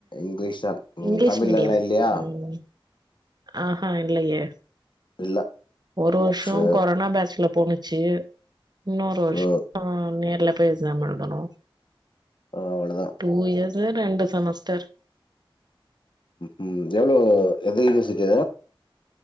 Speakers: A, on the left; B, on the right.
A: இங்லீஷ் தா ம்
B: இங்கிலீஷ்
A: தமிழ்லல்லா
B: மீடியம்
A: இல்லயா
B: ம் ஆஹா இல்லையே
A: இல்ல
B: ஒரு வருஷோ
A: சரி
B: கொரோனா பேட்ஜ்ல போணுச்சு இன்னூறு ருஷோ
A: ஓ,
B: ஆஹ் நேர்ல பேசாம எழுதனு
A: ஆ அவ்ளதா
B: டூ இயர்ஸ்ல ரெண்டு செமஸ்டர்
A: உம் ஜல எதுலருது செஞ்